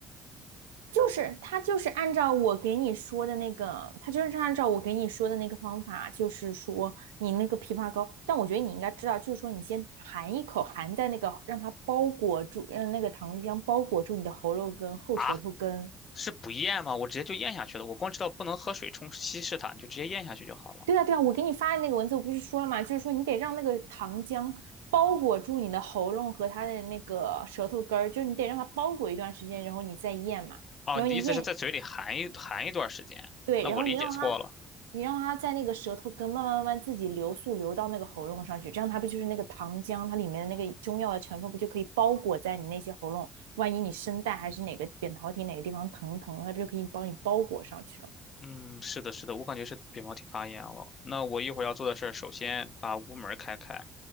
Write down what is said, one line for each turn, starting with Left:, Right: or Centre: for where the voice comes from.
Right: 就是他就是按照我给你说的那个，他就是按照我给你说的那个方法，就是说你那个枇杷膏，但我觉得你应该知道，就是说你先含一口，含在那个让它包裹住，让那个糖浆包裹住你的喉咙根、后舌头根。
Left: 啊？是不咽吗？我直接就咽下去了。我光知道不能喝水冲稀释它，你就直接咽下去就好了。
Right: 对啊，对啊，我给你发的那个文字我不是说了吗？就是说你得让那个糖浆包裹住你的喉咙和它的那个舌头根儿，就是你得让它包裹一段时间，然后你再咽嘛。
Left: 哦，
Right: 然后你咽
Left: 你的意思是在嘴里含一含一段时间？
Right: 对，
Left: 那我理解错了。
Right: 然后你让它，你让它在那个舌头根慢慢慢慢自己流速流到那个喉咙上去，这样它不就是那个糖浆，它里面的那个中药的成分不就可以包裹在你那些喉咙？万一你声带还是哪个扁桃体哪个地方疼疼，它不就可以帮你包裹上去了？
Left: 嗯，是的，是的，我感觉是扁桃体发炎了。那我一会儿要做的事儿，首先把屋门儿开开，